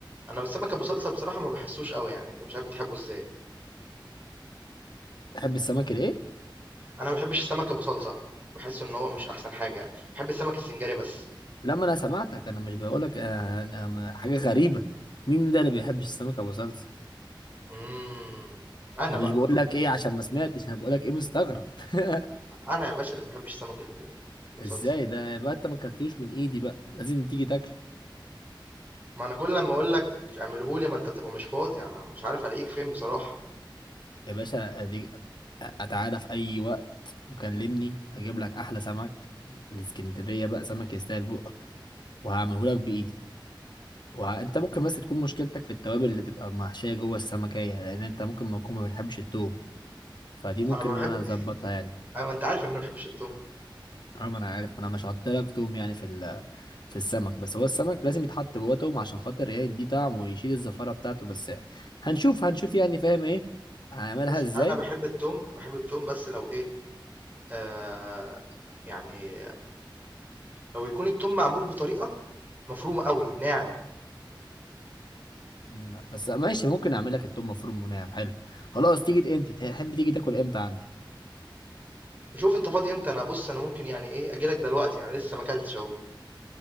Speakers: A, on the right; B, on the left.
A: انا بالسمك ابو صلصة بصراحة ما بحسوش قوي يعني انت مش عارف بتحبه ازاي
B: بحب السمك الايه
A: انا ما بحبش السمك ابو صلصة بحس ان هو مش احسن حاجة يعني بحب السمك السنجاري بس
B: لما انا سمعتك انا مش بقول لك حاجه غريبه مين ده اللي بيحبش السمك ابو صلصه
A: امم انا
B: انا
A: بقى
B: مش بقول لك ايه عشان ما سمعتش انا بقول لك ايه مستغرب <laughs>
A: انا يا باشا اللي ما بحبش السمك اللي اللي
B: ازاي
A: بصلصه
B: ده يبقى انت ما اكلتوش من ايدي بقى لازم تيجي تاكله
A: ما انا كل لما اقول لك اعمله لي ما انت بتبقى مش فاضي انا مش عارف الاقيك فين بصراحه
B: يا باشا اديك اتعالى في اي وقت وكلمني اجيب لك احلى سمك من اسكندريه بقى سمك يستاهل بقك وهعمله لك بايدي وانت ممكن بس تكون مشكلتك في التوابل اللي تبقى محشيه جوه السمكيه لان انت ممكن ما تكون ما بتحبش التوم فدي ممكن
A: انا ما بحب
B: إن انا اظبطها
A: <laughs>
B: يعني
A: ايوه انت عارف ان انا ما بحبش التوم
B: اه ما انا عارف ما انا مش حاطط لك توم يعني في ال في السمك بس هو السمك لازم يتحط جوه توم عشان خاطر يعني يديه طعم ويشيل الزفاره بتاعته بس هنشوف هنشوف يعني فاهم ايه هنعملها
A: بص
B: ازاي
A: انا بحب التوم بحب التوم بس لو ايه آه يعني لو يكون التوم معمول بطريقه مفرومه قوي ناعم
B: مم، لا بس ماشي ممكن اعمل لك التوم مفروم وناعم حلو خلاص تيجي امتى تحب تيجي تاكل امتى عندي
A: شوف انت فاضي امتى انا بص انا ممكن يعني ايه اجي لك دلوقتي يعني لسه ما اكلتش اهو